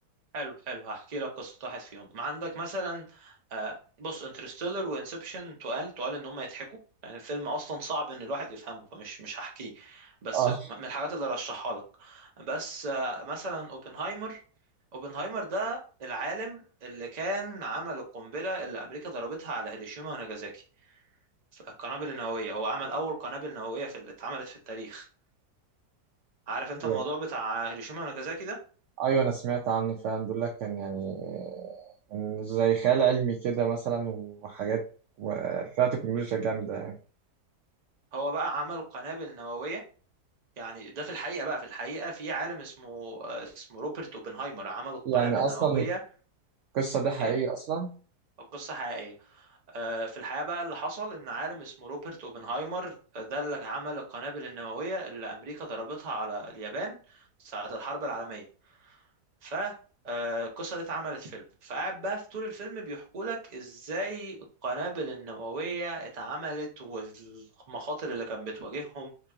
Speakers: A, on the right (about 35°); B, on the right (about 65°).
A: حلو حلو هحكي لك قصة واحد فيهم ما عندك مثلا آه، بص انترستيلر وانسبشن تقال تقال ان هم يضحكوا يعني الفيلم اصلا صعب ان الواحد يفهمه فمش مش هحكيه بس
B: اه
A: من الحاجات اللي رشحها لك بس آه، مثلا اوبنهايمر اوبنهايمر ده العالم اللي كان عمل القنبلة اللي امريكا ضربتها على هيروشيما وناجازاكي ف- القنابل النووية هو عمل اول قنابل نووية في اللي اتعملت في التاريخ عارف انت
B: ايوه
A: الموضوع بتاع هيروشيما وناجازاكي ده
B: أيوة، انا سمعت عنه فعلا بيقول لك كان يعني كان زي خيال علمي كده مثلا وحاجات وفيها تكنولوجيا جامدة يعني
A: هو بقى عمل قنابل نووية يعني ده في الحقيقة بقى في الحقيقة في عالم اسمه اسمه روبرت اوبنهايمر عمل القنابل
B: يعني اصلا
A: النووية
B: القصه دي حقيقيه
A: ايه
B: اصلا
A: قصة حقيقية آه، في الحقيقة بقى اللي حصل ان عالم اسمه روبرت اوبنهايمر ده اللي عمل القنابل النووية اللي امريكا ضربتها على اليابان ساعة الحرب العالمية ف آه، القصة دي اتعملت فيلم فقاعد بقى في طول الفيلم بيحكوا لك ازاي القنابل النووية اتعملت والمخاطر اللي كانت بتواجههم